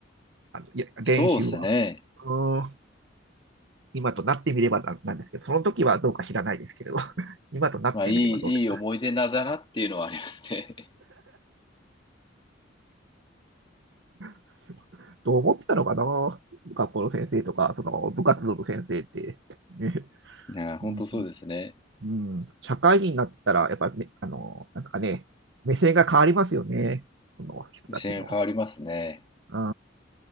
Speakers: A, on the right; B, on the left.
A: あの、いや、
B: そうですね。
A: 練習は。うん今となってみればな、なんですけど、その時はどうか知らないですけど、<laughs> 今となってみればどうですか。
B: まあ、いい、いい思い出なんだなっていうのはありますね。
A: <laughs> どう思ってたのかな学校の先生とか、その部活動の先生って。ね、
B: <laughs> いやー、本当そうですね。
A: うん、うん、社会人になったら、やっぱりあの、なんかね、目線が変わりますよね。その人たちの。
B: 目線が変わりますね。
A: うん、